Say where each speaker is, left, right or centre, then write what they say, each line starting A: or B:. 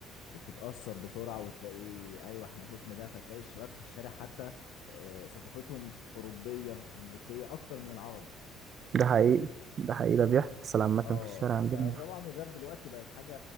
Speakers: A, on the left; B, on the right.
A: وبتتاثر بسرعه وتلاقي ايوه احنا شفنا ده فتلاقي الشباب في الشارع حتى آه، ثقافتهم اوروبيه امريكيه اكتر من العرب
B: ده حقيقي ده حقيقي ده بيحصل عامة
A: اه
B: في الشارع عندنا
A: فطبعا الراب دلوقتي بقت حاجه